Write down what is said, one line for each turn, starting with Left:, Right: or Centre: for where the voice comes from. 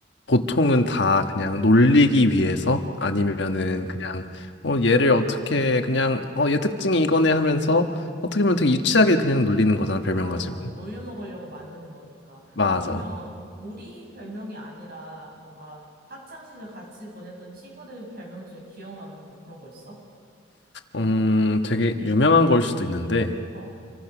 Left: 보통은 다 그냥 놀리기 위해서 아니면은
Right: 응,
Left: 그냥 어 얘를 어떻게 그냥 어 얘 특징이 이거네 하면서 어떻게 보면 되게 유치하게 그냥 놀리는 거잖아 별명
Right: 맞아.
Left: 가지고.
Right: 놀려 먹으려고 만드는 거니까.
Left: 맞아.
Right: 그러면 우리 별명이 아니라 뭔가 학창 시절 같이 보냈던 친구들 별명 중에 기억나는 거 그런 거 있어?
Left: 음 되게 유명한 걸 수도 있는데
Right: 어.